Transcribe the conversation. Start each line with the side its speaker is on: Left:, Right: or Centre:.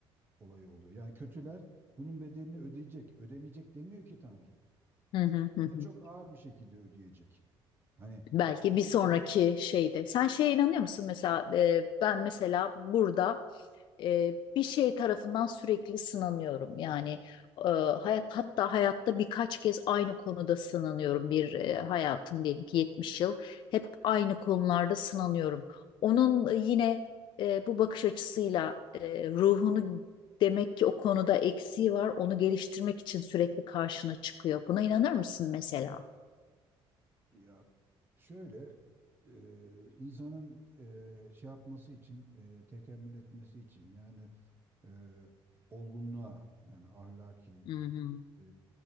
Right: olayı oluyor. Yani kötüler bunun bedelini ödeyecek. Ödemeyecek demiyor ki Tanrı.
Left: Hı hı. Hı
Right: Hem
Left: hı.
Right: de çok ağır bir şekilde ödeyecek. Hani
Left: Belki
Right: şeyde
Left: bir sonraki şeyde. Sen şeye inanıyor musun mesela e, ben mesela burada e, bir şey tarafından sürekli sınanıyorum. Yani e, hayat hatta hayatta birkaç kez aynı konuda sınanıyorum. Bir e, hayatım diyelim ki 70 yıl hep aynı konularda sınanıyorum. Onun e, yine e, bu bakış açısıyla e, ruhunu demek ki o konuda eksiği var. Onu geliştirmek için sürekli karşına çıkıyor. Buna inanır mısın mesela?
Right: Ya şöyle e, insanın e, şey yapması için e, tekemmül etmesi için yani e, olgunluğa yani ahlaki
Left: Hı hı.
Right: e,